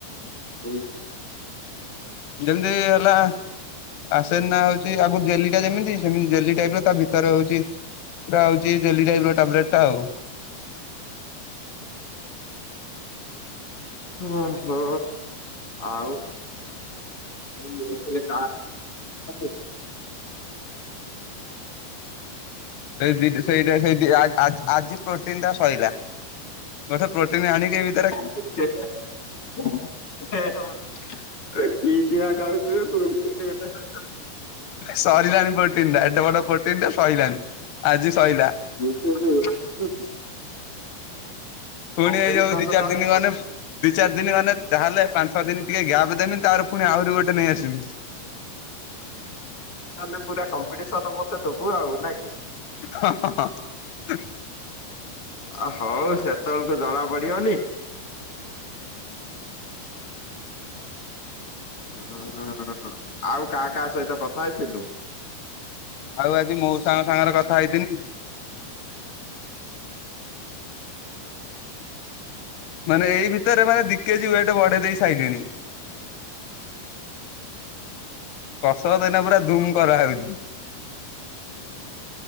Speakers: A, on the left (about 35°); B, on the left (about 70°).
A: ହଁ
B: ଯେମିତି ହେଲା ଆସେନ ନା ହଉଛି ଆଗ ଜେଲି ଟା ଯେମିତି ସେମିତି ଜେଲି ଟାଇପ୍ ର ତା ଭି ତାର ହଉଛି ପୁରା ହଉଛି ଜେଲି ଟାଇପ୍ ର ଟାବ୍ଲେଟ ଟା ଆଉ।
A: ଓ ହୋ ଆଉ <unintelligible> କା <unintelligible>
B: ସେଇ ଜିଡ୍ ସେଇଟା ସେ ଆ ଆ ଆଜି ପ୍ରୋଟିନ ଟା ସୋଇଲା। ଗୋଟେ ପ୍ରୋଟିନ୍ ଆଣିକି ଏମି
A: <unintelligible> ହେ ଏ କି କିଆ ଖାଉଛୁ ବେ ପ୍ରୋଟିନ ଗୋଟେ।
B: ସରିଲାଣି ପ୍ରୋଟିନ ଟା, ଏଡେ ବଡ ପ୍ରୋଟିନ ଟା ସଇଲାଣିି, ଆଜି ସଇଲା।
A: <unintelligible>
B: ପୁଣି
A: କମ୍ପିଟିସନ
B: ହେଇଯାଉ ଦି ଚାରି
A: ତାହେଲେ
B: ଦିନ ଗନେ ଦି ଚାରି ଦିନ ଗନେ, ଯାହାହେଲେ ପାଞ୍ଚ ଛଅ ଦିନ ଟିକେ ଗ୍ୟାପ୍ ଦେମି ତାପରେ ପୁଣି ଆହୁରି ଗୋଟେ ନେଇ ଆସିବି।
A: ତାହେଲେ ପୁରା କମ୍ପିଟିସନ୍ ମତେ ଦେବୁ ଆଉ ନା କି?
B: ହଁ ହଁ ହଁ।
A: ଓ ହଉ, ସେତେବେଳକୁ ଜଣା ପଡିବନି। ଉଁ ଆଉ କାହା କାହା ସହିତ କଥା ହେଇଥିଲୁ?
B: ଆଉ ଆଜି ମଉଷାଙ୍କ ସାଙ୍ଗରେ କଥା ହେଇଥିନି। ମାନେ ଏଇ ଭିତରେ ମାନେ ଦି କେଜି ୱେଟ୍ ବଢେଇ ଦେଇ ସାଇଲିଣି। କସରତ୍ ଏଇନା ପୁରା ଧୁମ୍ କରାହଉଛି।